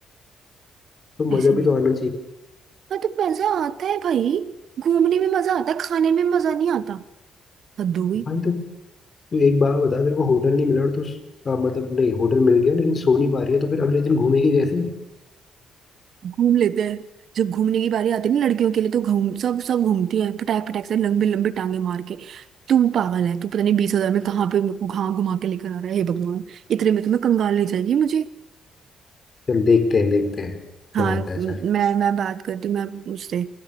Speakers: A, on the left; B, on the right.
A: तो
B: ऐसे
A: मजा
B: नहीं
A: भी तो आना चाहिए
B: हाँ तो मजा आता है भाई घूमने में मजा आता है खाने में मजा नहीं आता हद हो गई
A: भाई तो तू एक बार बता तेरे को होटल नहीं मिला और तो मतलब नहीं होटल मिल गया लेकिन सो नहीं पा रही है तो फिर अगले दिन घूमेगी कैसे
B: घूम लेते हैं जब घूमने की बारी आती है ना लड़कियों के लिए तो घूम सब सब घूमती हैं फटाक फटाक से लंबी लंबी टांगे मार के तू पागल है तू पता नहीं बीस हजार में कहाँ पे मेरे को कहाँ घुमा के लेकर आ रहा है हे भगवान इतने में तो मैं कंगाल ले जाएगी मुझे
A: चल देखते हैं देखते हैं क्या
B: हाँ
A: होता
B: म-
A: है चल
B: मैं मैं बात करती हूँ मैं उससे